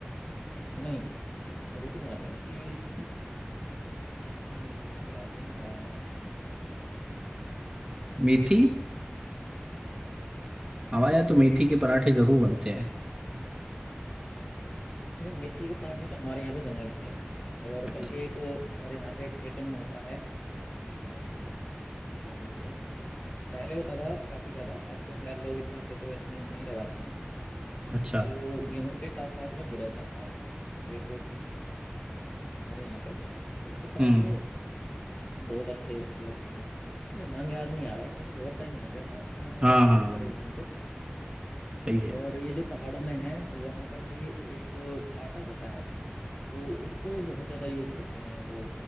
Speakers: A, on the left (about 30°); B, on the right (about 20°).
A: नहीं रोटी बनाते हैं कि मेरे नाम याद नहीं आ रहा है
B: मेथी हमारे
A: ना
B: यहाँ तो मेथी
A: ना ना
B: के पराठे
A: ना
B: जरूर बनते हैं
A: नहीं मेथी के पराठे तो हमारे यहाँ पे बना लेते हैं और
B: अच्छा
A: बल्कि एक हमारे यहाँ पे खेतों में होता है अ, क्या बोलते हैं पहले होता था काफी ज्यादा अब तो खैर लोग इतना खेतों वेतों में नहीं लगाते हैं
B: अच्छा
A: तो गेहूं के साथ साथ में हो जाता था एक अ, हमारे यहाँ पे उसके पराठे
B: हम्म
A: बहुत अच्छे लगते थे मुझे नाम याद नहीं आ रहा है क्योंकि बहुत टाइम हो गया ना
B: हाँ
A: अ, ऐसे यूज
B: हाँ
A: करे
B: हाँ,
A: हुए उनको
B: सही है
A: और ये जो पहाड़ों में है वहां पर भी एक आटा होता है तो उसको बहुत ज्यादा यूज करते हैं वो